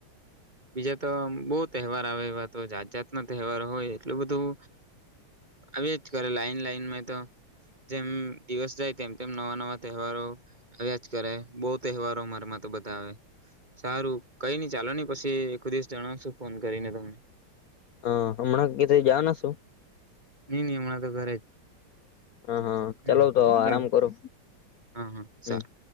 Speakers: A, on the right; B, on the left.
A: બીજા તો બહ તહેવાર આવે એવા તો જાત જાત ના તહેવારો હોય એટલું બધું આવ જ કરે લાઈન લાઈનમાં તો જેમ દિવસ જાય તેમ તેમ નવા નવા તહેવારો આવ્યા જ કરે બહ તહેવારો અમારામાં તો બધા આવે સારું કઈ ન ચાલો ન પછી એક દિવસ જણાવશું ફોન કરીને તમને
B: હા હમણાં ક જા ના છું.
A: નહી નહીમણા તો ઘરે જ
B: હા હા
A: હમ
B: ચાલો તો આરામ
A: ચાલો
B: કરો
A: હા હા સારુ.
B: હમ